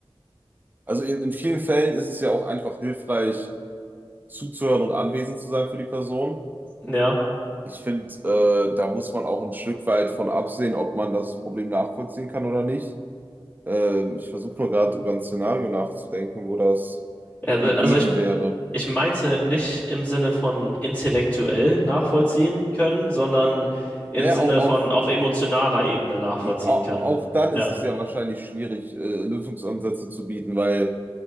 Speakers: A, on the right (about 20°); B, on the left (about 15°).
A: Also in, in vielen Fällen ist es ja auch einfach hilfreich, zuzuhören und anwesend zu sein für die Person.
B: ja.
A: Ich finde, äh, da muss man auch ein Stück weit von absehen, ob man das Problem nachvollziehen kann oder nicht. Äh, ich versuche nur gerade über ein Szenario nachzudenken, wo das
B: Ja, äh,
A: gegeben
B: Also ich,
A: wäre.
B: ich meinte nicht im Sinne von intellektuell nachvollziehen können, sondern im
A: Ja,
B: Sinne
A: auch, auch
B: von auf emotionaler Ebene nachvollziehen
A: I- au-
B: können.
A: Auch dann
B: Ja.
A: ist es ja wahrscheinlich schwierig, äh, Lösungsansätze zu bieten, weil